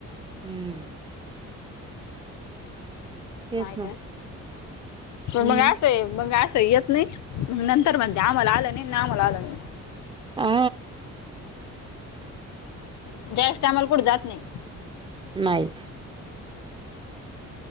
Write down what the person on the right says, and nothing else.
ह. तेच
ना
हम्म.
आ.
नाहीत.